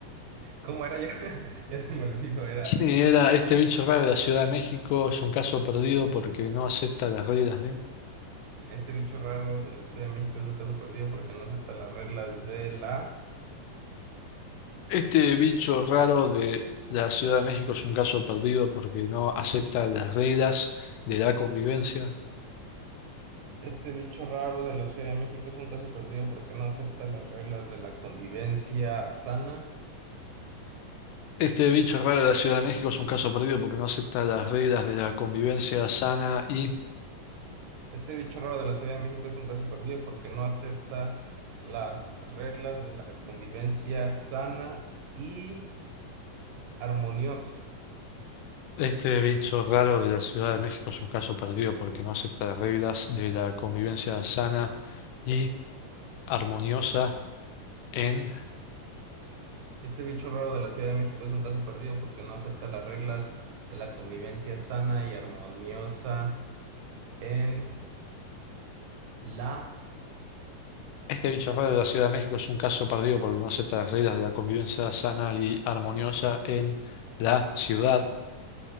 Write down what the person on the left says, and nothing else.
Y Era este bicho raro de la Ciudad de México, es un caso perdido porque no acepta las reglas de...
Este bicho raro de la Ciudad de México es un caso perdido porque no acepta las reglas de la convivencia.
Este bicho raro de la Ciudad de México es un caso perdido porque no acepta las reglas de la convivencia sana y
este bicho raro de la Ciudad de México es un caso perdido porque no acepta las reglas de la convivencia sana y armoniosa. en
Este bicho raro de la Ciudad de México es un caso perdido porque no acepta las reglas de la convivencia sana y armoniosa en la ciudad.